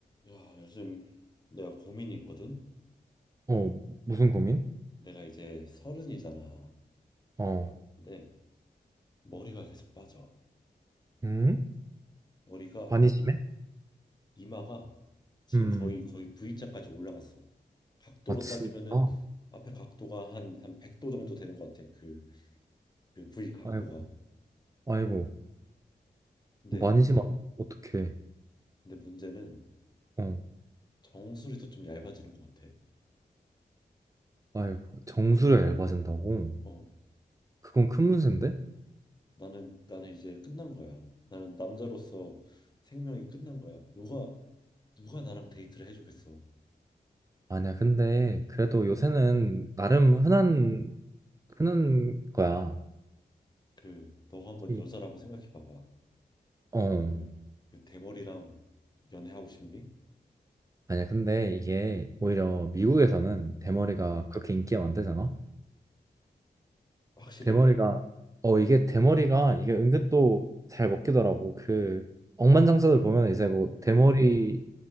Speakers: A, on the left (about 25°); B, on the right (about 20°).
A: 야, 요즘 내가 고민이 있거든?
B: 어, 무슨 고민?
A: 내가 이제 서른이잖아.
B: 어,
A: 근데 머리가 계속 빠져.
B: 음?
A: 머리가
B: 많이 심해?
A: 이, 이마가 지금
B: 음,
A: 거의 거의 V자까지 올라갔어. 각도로
B: 아, 진짜?
A: 따지면은 앞에 각도가 한 한 100도 정도 되는 것 같아. 그, 그 V 각도가.
B: 아이고, 아이고,
A: 근데
B: 많이 심하다. 어떡해.
A: 근데 문제는
B: 어,
A: 정수리도 좀 얇아지는 것 같아.
B: 아이고, 정수료 얇아진다고?
A: 어.
B: 그건 큰 문제인데?
A: 나는 나는 이제 끝난 거야. 나는 남자로서 생명이 끝난 거야. 누가 누가 나랑 데이트를 해주겠어.
B: 아니야, 근데 그래도 요새는 나름 흔한, 흔한 거야.
A: 그 너가 한번
B: 이-
A: 여자라고 생각해 봐봐.
B: 어,
A: 그, 그 대머리랑 연애하고 싶니?
B: 아니야, 근데 이게 오히려 미국에서는 대머리가
A: 응.
B: 그렇게 인기가 많대잖아?
A: 확실해?
B: 대머리가 어 이게 대머리가 이게 은근
A: 응.
B: 또 잘 먹히더라고. 그 억만장자들 보면 이제 뭐
A: 응.
B: 대머리인